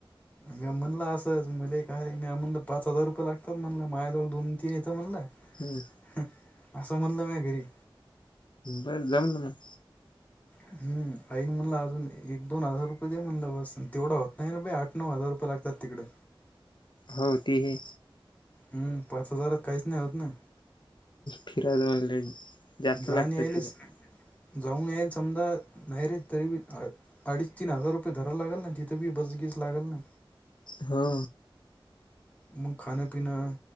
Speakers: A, on the left (about 15°); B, on the left (about 60°).
A: म्या म्हणला असंच, मले काय म्या म्हणलं, पाच हजार रुपये लागतात. म्हणलं, माझ्याजवळ दोन -तीन येतं म्हणलं.
B: हम्म.
A: ह, असं म्हणलं म्या, घरी.
B: बर जमलं मग.
A: हम्. आईन म्हणला, अजून एक -दोन हजार रुपये दे. म्हणलं, बस तेवढा होत नाही ना बे आठ नऊ हजार रुपय लागत्यात, तिकडं.
B: हो, ती ही
A: हम. पाच हजारात, काईच नाही होत ना.
B: फिरायचं मनल, जास्ती
A: जाऊन
B: लागतात
A: यायलेच
B: तिथं.
A: जाऊन यायचं. समजा, नाही री तरी बी आ अडीच- तीन हजार रुपये धराव लागेल ना. तिथं बी, बस गीस लागल ना.
B: हो.
A: मग खाणं- पिणं.